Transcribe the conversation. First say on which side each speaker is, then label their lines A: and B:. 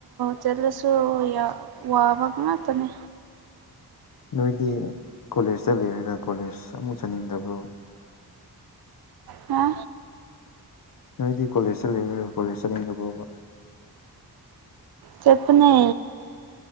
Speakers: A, on the right (about 70°); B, on the left (about 60°).
A: ꯆꯠꯂꯁꯨ ꯋꯥꯕ ꯉꯥꯛꯇꯅꯦ
B: ꯅꯣꯏꯗꯤ ꯀꯣꯂꯦꯖꯇ ꯂꯩꯔꯒ ꯀꯣꯂꯦꯖ ꯑꯃꯨꯛ ꯆꯠꯅꯤꯡꯗꯕ꯭ꯔꯣ
A: ꯍꯥ
B: ꯅꯣꯏꯗꯤ ꯀꯣꯂꯦꯖ ꯆꯠꯂ ꯀꯣꯂꯦꯖ ꯆꯠꯅꯤꯡꯗꯕꯥꯎꯕ
A: ꯆꯄꯅꯦ